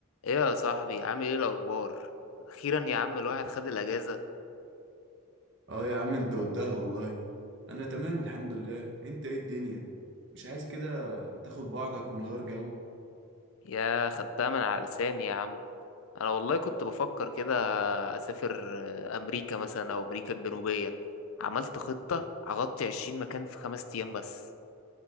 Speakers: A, on the left (about 70°); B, on the right (about 55°).
A: ايه يا صاحبي عامل ايه الاخبار اخيرا يا عم الواحد خد الاجازه
B: اه يا عم انت قلتها والله انا تمام الحمد لله انت ايه الدنيا مش عايز كده تاخد بعضك ونغير جو
A: يا خدتها من على لساني يا عم انا والله كنت بفكر كده اسافر آه، امريكا مثلا او امريكا الجنوبيه عملت خطه هغطي 20 مكان في خمس ايام بس